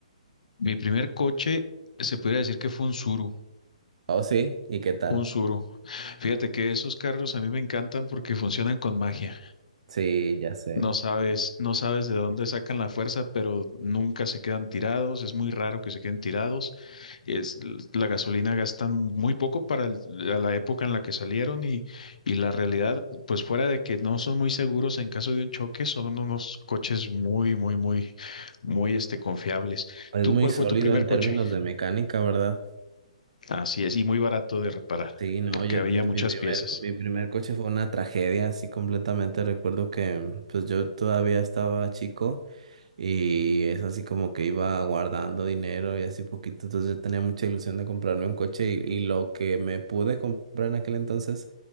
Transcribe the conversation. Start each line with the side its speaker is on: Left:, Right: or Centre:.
Left: Mi primer coche se podría decir que fue un Suru,
Right: Oh, sí, ¿y qué tal?
Left: un Suru. Fíjate que esos carros a mí me encantan porque funcionan con magia.
Right: Sí, ya sé.
Left: No sabes, no sabes de dónde sacan la fuerza, pero nunca se quedan tirados. Es muy raro que se queden tirados. es, la gasolina gastan muy poco para el- la la época en la que salieron y, y la realidad, pues fuera de que no son muy seguros en caso de un choque, son unos coches muy, muy, muy, muy este, confiables.
Right: Es
Left: ¿Tú
Right: muy
Left: cuál
Right: sólido
Left: fue tu primer
Right: en
Left: coche?
Right: términos de mecánica, ¿verdad?
Left: Así es, y muy barato de reparar,
Right: Sí, no,
Left: porque
Right: yo
Left: había
Right: mi
Left: muchas
Right: primer,
Left: piezas.
Right: mi primer coche fue una tragedia, así completamente. Recuerdo que pues yo todavía estaba chico Y es así como que iba guardando dinero y así poquito. Entonces yo tenía mucha ilusión de comprarme un coche y, y lo que me pude comprar en aquel entonces